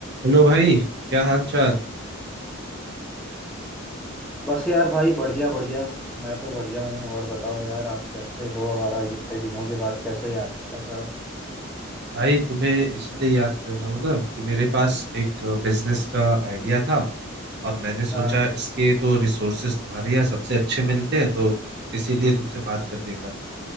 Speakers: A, on the right (about 50°); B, in the centre.
A: Hello भाई क्या हाल चाल
B: बस यार भाई बढ़िया बढ़िया मैं तो बढ़िया हूँ और बताओ यार आप कैसे हो और आज इतने दिनों के बाद कैसे याद कर रहे हो
A: भाई तुम्हें इसलिए याद कर रहा हूँ ना कि मेरे पास एक बिजनेस का आइडिया था और मैंने सोचा
B: हाँ
A: इसके तो रिसोर्सेज तुम्हारे यहाँ सबसे अच्छे मिलते हैं तो इसीलिए तुमसे बात करने का